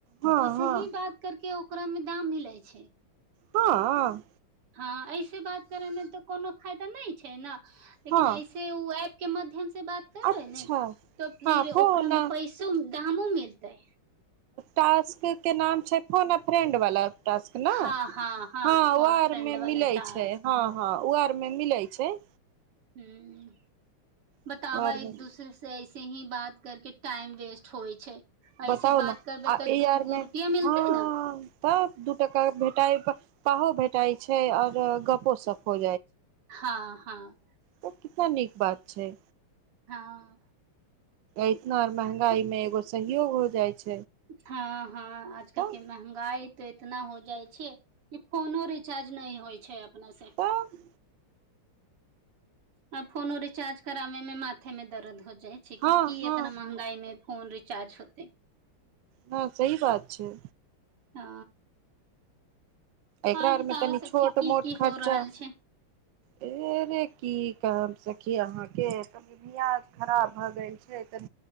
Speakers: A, on the right; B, on the right.
A: हँ
B: ओइसही
A: हँ
B: बात करके ओ ओकरामे दाम मिलै छै
A: हंअ्
B: हँ ऐसे बात करे मे तऽ कोनो फायदा नई छै न लेकिन
A: हँ
B: ऐसे उ ऐप के माध्यम बात करबै
A: अच्छा
B: न तऽ फिर
A: हँ फोन
B: ओकरा मे पैसो दामो मिल तै
A: टास्क के नाम छै फोन ए फ्रेंड वाला टास्क ना
B: हँ हँ हँ
A: हा
B: फोनो
A: हर
B: फ्रेंड
A: मे
B: वाला
A: मिल
B: टास्क
A: छै ह ह मे मिलै छै
B: हू बतावा
A: ओ आर
B: एक
A: मे
B: दूसरे से ऐसे ही बात करके टाइम वेस्ट होय छै
A: बताउ
B: ऐसे
A: ने
B: बात करबै
A: आ
B: तऽ
A: ए
B: दूगो
A: आर मे
B: रुपआ मिलतै
A: हँ
B: नए
A: तऽ दू टका भेटाइ पाहो भेटाइ छै आओर गपो सप हो
B: हँ हँ
A: त कस नीक बात छै
B: हँ
A: इतना आ महंगाई मे एगो सहयोग हो जाइ छै
B: हँ हँ आजकल
A: तऽ
B: के महगाई तऽ इतना हो जाइ छै कि फोनो रिचार्ज नहि होइ छै कोन से
A: तऽ
B: आ फोन रिचार्ज कराबे में माथे में दर्द हो जा छै
A: हँ
B: क की
A: हँ
B: इतना महंगाई मे फोन रह छै चार्ज होत
A: ह सही बात छै
B: हँ
A: एकरा
B: आर
A: आरमे
B: बताबऽ
A: तनि
B: सकी
A: छोट
B: की
A: मोट
B: की
A: खर्चा
B: हो रहल छै
A: ए रे की काम सखी अहा कय खराब भऽ गै छै त